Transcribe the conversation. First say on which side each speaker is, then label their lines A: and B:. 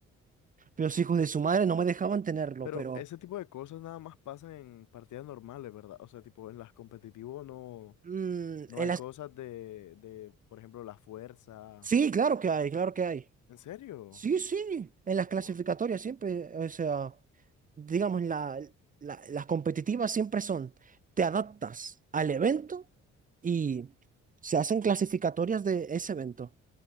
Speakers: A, on the right; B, on the left.
A: Los hijos de su madre no me dejaban tenerlo,
B: Pero
A: pero
B: ese tipo de cosas nada más pasan en partidas normales, ¿verdad? O sea, tipo en las competitivos no,
A: mm,
B: no
A: en
B: hay
A: las
B: cosas de, de, por ejemplo, la fuerza.
A: Sí, claro que hay, claro que hay.
B: ¿En serio?
A: Sí, sí, en las clasificatorias
B: Wow.
A: siempre, o sea, digamos, la, la- las competitivas siempre son, te adaptas al evento y se hacen clasificatorias de ese evento,